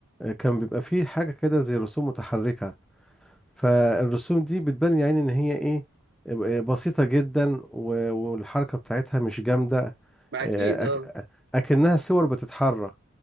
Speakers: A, in the centre; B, on the right.
A: كان بيبقى فيه حاجة كده زي رسوم متحركة فالرسوم دي بتبان يعني إن هي إيه آه، بسيطة جدا و- والحركة بتاعتها مش جامدة
B: ما
A: آه،
B: اكيد اه
A: أك- أكنها صور بتتحرك